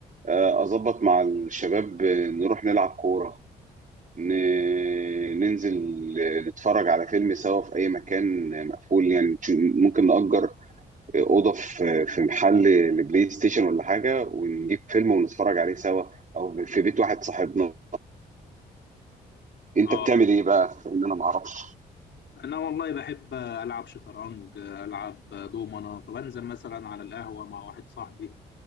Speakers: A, on the right; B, on the left.
A: آه، اظبط مع الشباب آه، نروح نلعب كوره ن- ننزل نتفرج على فيلم سوا في أي مكان مقفول يعني تش- ممكن نأجر أوضة في في محل لبلاي ستيشن ولا حاجة ونجيب فيلم ونتفرج عليه سوا أو في بيت واحد صاحبنا أنت
B: اه
A: بتعمل إيه بقى؟ إن أنا معرفش
B: انا والله بحب العب شطرنج العب دومنه فبنزل مثلا على القهوه مع واحد صاحبي